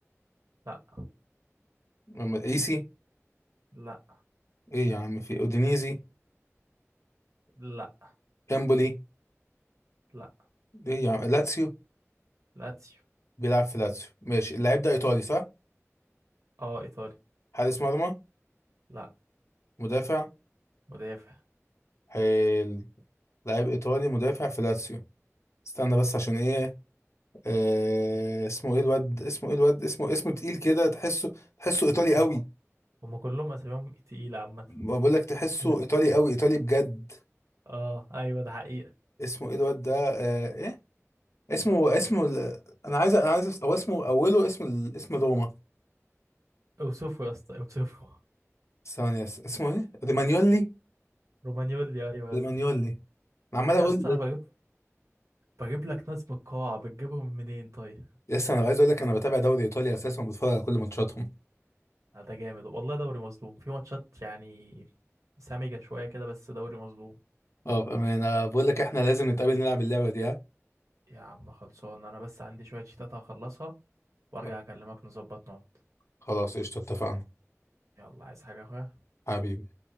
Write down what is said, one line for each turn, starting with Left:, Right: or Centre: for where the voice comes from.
Right: لا
Left: أم- ايسي
Right: لا
Left: ايه يا عم في اودينيزي
Right: لا
Left: امبولي
Right: لا
Left: ايه يا عم لاتسيو
Right: لاتسيو
Left: بيلعب في لاتسيو ماشي اللاعب ده ايطالي صح
Right: اه ايطالي
Left: حارس مرمى
Right: لا
Left: مدافع
Right: مدافع
Left: حلو لاعب ايطالي مدافع في لاتسيو استنى بس عشان ايه آه اسمه ايه الواد اسمه ايه الواد اسمه اسمه تقيل كده تحسه تحسه ايطالي
Right: هم
Left: قوي
Right: هم كلهم اساميهم تقيله عامه
Left: ما بقول لك تحسه
Right: <laughs>
Left: ايطالي قوي ايطالي بجد
Right: اه ايوه ده حقيقه
Left: اسمه ايه الواد ده آه ايه اسمه اسمه ال... انا عايز انا عايز أفس- او اسمه اوله اسم ال- اسم روما
Right: اوصفه يا اسطى اوصفه
Left: ثانية س- اسمه ايه؟ رومانيولي
Right: رومانيولي ايوه يا
Left: رومانيولي
Right: اسطى
Left: انا عمال اقول
Right: يا اسطى انا بجيب بجيب لك ناس من القاعة بتجيبهم منين طيب
Left: لسه انا عايز اقول لك انا بتابع دوري ايطاليا اساسا وبتفرج على كل ماتشاتهم
Right: آه، ده جامد والله دوري مظلوم في ماتشات يعني سامجة شوية كده بس دوري مظلوم
Left: اه انا بقول لك احنا لازم نتقابل نلعب اللعبة دي ها
Right: يا عم خلصان انا بس عندي شوية شيتات هخلصها وارجع
Left: خ-
Right: اكلمك نظبط نقعد
Left: خلاص قشطة اتفقنا
Right: يلا عايز حاجة يا اخويا
Left: حبيبي